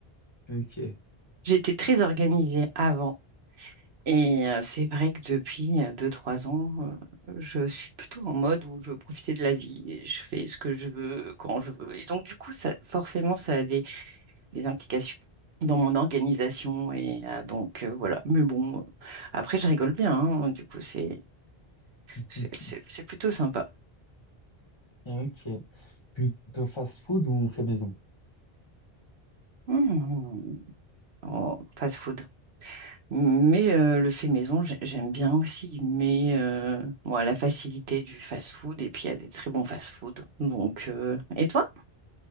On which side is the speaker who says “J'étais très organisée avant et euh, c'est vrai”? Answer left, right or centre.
Right